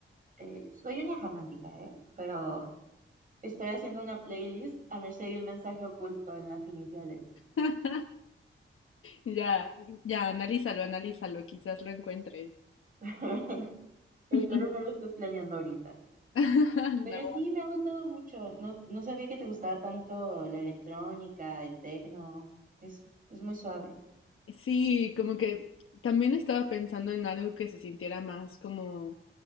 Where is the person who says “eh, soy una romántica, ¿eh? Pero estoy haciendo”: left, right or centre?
Right